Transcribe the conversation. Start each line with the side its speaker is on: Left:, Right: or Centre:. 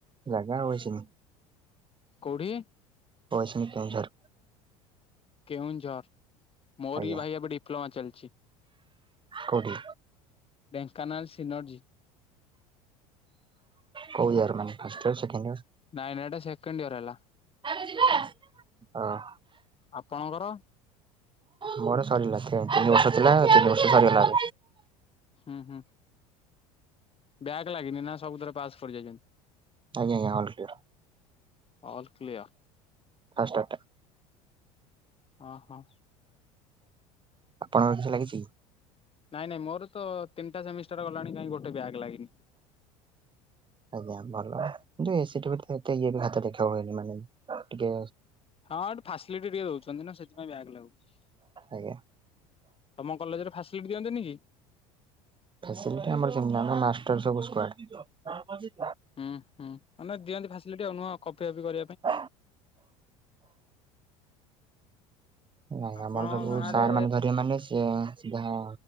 Right: ଜାଗା ଅଇସିନି।
Left: କୋଉଠି?
Right: ଅଇସିନି କେଉଁଝର।
Left: କେଉଁଝର। ମୋର
Right: ଆଜ୍ଞା
Left: ବି ଭାଇ ଏବେ ଡିପ୍ଲୋମା ଚାଲଚି।
Right: କୋଉଠି
Left: ଢେଙ୍କାନାଳ ସିିନୋର୍ଜୀ।
Right: କୋଉ ଇଅର ମାନେ ଫାଷ୍ଟ ୟିଅର୍, ସେକେଣ୍ଡ ୟିଅର୍?
Left: ନାଇଁ ଭାଇ ଏଟା ସେକେଣ୍ଡ ୟିଅର୍ ହେଲା।
Right: ଆରେ ଯିବା, ହଁ।
Left: ଆପଣଙ୍କର?
Right: ମୋର ସରିଲା ତିନି ବର୍ଷ ଥିଲା ତିନି ବର୍ଷ ସରିଗଲା।
Left: ହୁଁ ହୁଁ। ବ୍ୟାକ୍ ଲାଗିନି ନା ସବୁଥରେ ପାସ୍ କରି ଯାଇଛନ୍ତି।
Right: ଆଜ୍ଞା ଆଜ୍ଞା all clear.
Left: All clear
Right: first <unintelligible> ଟା।
Left: ଓ ହୋ।
Right: ଆପଣଙ୍କ କିଛି ଲାଗିଛି?
Left: ନାଇଁ ନାଇଁ ମୋର ତ ତିନିଟା ସେମିଷ୍ଟାର ଣି କାଁ ଗୋଟେ ବ୍ୟାଗ ଲାଗିନି।
Right: ଆଜ୍ଞା ଭଲ କିନ୍ତୁ ଏସି ଟ ବି ଏତେ ଇଏ ବି ହାତ ଦେଖା ହୁଏନି ମାନେ ଟିକେ
Left: ହଁଠି ଫାସିଲିଟି ଟିକେ ଦଉଛନ୍ତି ନା ସେଥିପାଇଁ ବ୍ୟାଗ ଲାଗୁ
Right: ଆଜ୍ଞା
Left: ତମ କଲେଜରେ ଫାସିଲିଟି ଦିଅନ୍ତନି କି?
Right: ଫସିଲିଟି ଆମର ସେମିତି ନାଇ ଆମର ମାଷ୍ଟର ସବୁ ସ୍କ୍ୱାଡ।
Left: ହୁଁ ହୁଁ ମାନ ଦିଅନ୍ତି ଫାସିଲିଟିଉ ନୁହଁ କଫି ଫପି କର
Right: <unintelligible> ନାଇଁ
Left: ଆପଣଙ୍କ
Right: ଆମର ସବୁ
Left: ଗାଁରେ
Right: ସାର୍ ମାନେ ଧରିବେ ମାନେ ସ ଯାହା